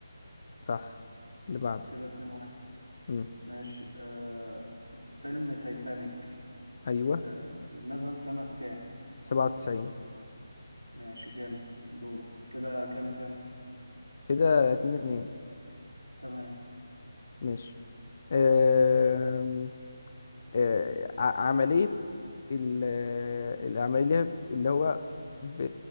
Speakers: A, on the left; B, on the right.
A: صح اللي بعده
B: كده اتنين واحد
A: مم.
B: ماشي آه فيلم تايتانيك
A: أيوه
B: آه نزل سنة كام
A: سبعة وتسعين
B: ماشي جامد دورك كده كام كام
A: كده اتنين اتنين
B: تمام
A: ماشي آه آه، ع- عملية ال- آه، العملية اللي هي ب- اللي هو ب...